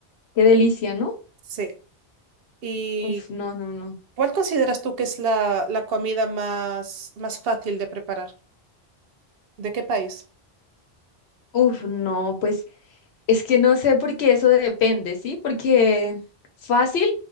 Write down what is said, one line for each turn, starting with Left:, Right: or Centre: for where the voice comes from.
Left: Qué delicia, ¿no?
Right: Sí. ¿Y
Left: Uf, no, no, no.
Right: cuál consideras tú que es la, la comida más, más fácil de preparar? ¿De qué país?
Left: Uf, no, pues Es que no sé por qué eso depende, ¿sí? Porque fácil,